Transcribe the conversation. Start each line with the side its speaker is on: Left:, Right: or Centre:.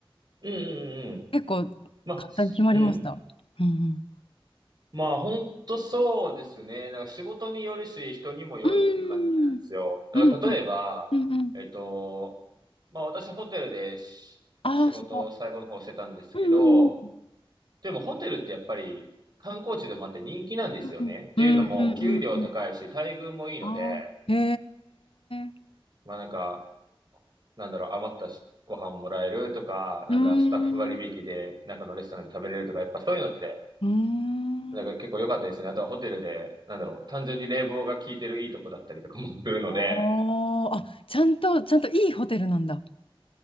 Right: い。うんうんうんうん。
Left: 結構簡
Right: まあ、すうん。
Left: 単に決まりました。うんうん
Right: まあ本当そうですね。なんか仕事によるし、人にもよるっていう感じなんですよ。
Left: うーん。
Right: だから例えば、
Left: うんうんうんうん。
Right: えっと、まあ私ホテルでし仕事を最後の方してたんですけど、
Left: ああー、すごい。うん
Right: でもホテルってやっぱり観光地でもあって人気なんですよね。
Left: うんうんうんうんうんうんうん。
Right: っていうのも、給料高いし、待遇もいいので、
Left: ああー。へえ。
Right: まあなんか、なんだろう、余ったしご飯もらえるとか、なんかスタッフ割引で中のレストランで食べれるとか、
Left: うーん。
Right: やっぱそういうのって、
Left: うーん。
Right: なんか結構良かったですね。あとはホテルで、なんだろう、単純に冷房が効いてるいいとこだったりとかもするので、
Left: ああ。あ、ちゃんと、ちゃんといいホテルなんだ。